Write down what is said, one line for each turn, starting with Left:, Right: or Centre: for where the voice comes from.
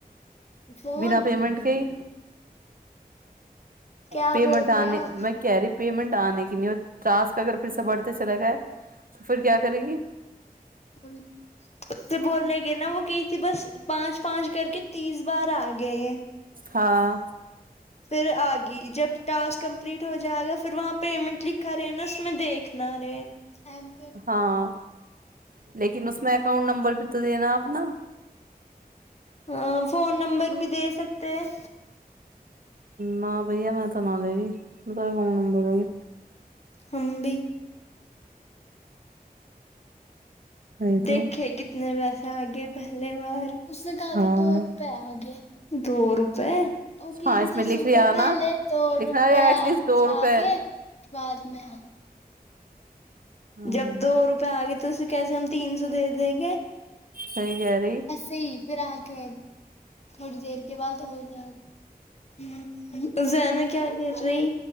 Left: فون
Right: بنا پیمنٹ کے ہی
Left: کیا
Right: پیمنٹ
Left: بول رہے
Right: آنے
Left: آپ
Right: میں کہہ رہی پیمنٹ آنے کی نہیں اور راسک اگر پھر سے بڑھتے چلاے گئے تو پھر کیا کرے گی
Left: <unintelligible> اس سے بولنے گے نا وہ کہئی تھی بس پانچ پانچ کر کے تیس بار آ گئے
Right: ہاں
Left: پھر آگی جب ٹاسک کمپلیٹ ہو جائے گا پھر وہاں پیمنٹ لکھا رہے نا اس میں دیکھنا رہے ام
Right: ہاں لیکن اس میں اکاؤنٹ نمبر بھی تو دینا اپنا
Left: ہ فون نمبر بھی دے سکتے ہیں
Right: نہ بھیا میں تو نہ دے رہی م اکاؤنٹ نمبر دو گی
Left: ہم بھی
Right: وہی
Left: دیکھے
Right: تو
Left: کتنے پیسے آگئے پہلی بار اس نے کہا
Right: ہاں
Left: تھا دو روپے آگئے دو روپئے ا گری
Right: ہاں اس
Left: جی
Right: میں لکھ
Left: صبح
Right: لیا
Left: سے پہلے
Right: نا
Left: دو
Right: لکھنا
Left: روپیہ
Right: رہے ایٹ لیسٹ
Left: کچھ
Right: دو روپے
Left: آگے کے بعد میں
Right: ہاں
Left: جب دو روپئے آ گئے تو اسے کیسے ہم تین سو دے دیں گے
Right: صحیح کہے رہی
Left: صحیح پھر آگئے تھوڑی دیر کے بعد اور آگیے <unintelligible> ہ ز نا کیا کر رہی